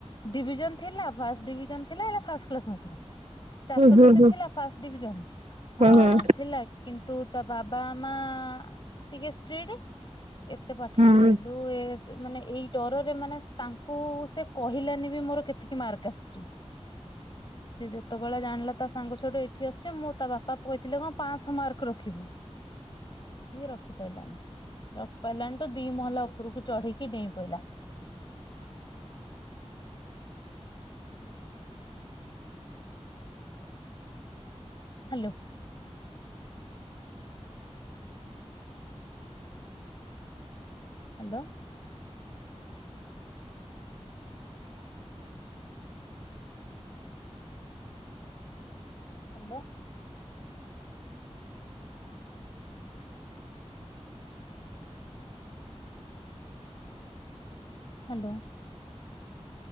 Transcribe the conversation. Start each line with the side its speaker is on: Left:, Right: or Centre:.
Left: ଡିଭିଜନ୍ ଥିଲା ଫାଷ୍ଟ ଡିଭିଜନ୍ ଥିଲା ହେଲେ ଫାଷ୍ କ୍ଲାସ୍ ନଥିଲା। ଚାରଶ
Right: ହୁଁ ହୁଁ
Left: କେତେ
Right: ହୁଁ
Left: ଥିଲା ଫାଷ୍ଟ ଡିଭିଜନ୍ ହଁ
Right: ହୁଁ
Left: ଥିଲା କିନ୍ତୁ ତା ବାବା ମା ଟିକେ ଷ୍ଟ୍ରିଟି ଏତେ ପାଠ
Right: ହୁଁ
Left: ପଢେଇଲୁ ଯ ମାନେ ଏଇ ଡରରେ ମାନେ ତାଙ୍କୁ ସେ କହିଲାନି ବି ମୋର କେତିକି ମାର୍କ ଆସୁଛି। ସିଏ ଯେତେବେଳେ ଜାଣିଲା ତା ସାଙ୍ଗ ସଛୋଠୁ ଏଇଠି ଆସି ମୁଁ ତା ବାପା କହିଥିଲେ କଣ ପାଞ୍ଚଶହ ମାର୍କ ରଖିବୁ। <inaudible> ସିଏ ରଖି ପାଇଲାନି ରଖିପାରିଲାନି ତ ଦି ମହଲା ଉପରକୁ ଚଢ଼ିକି ଡେଇଁ ପଇଲା। Hello. Hello. Hello. Hello.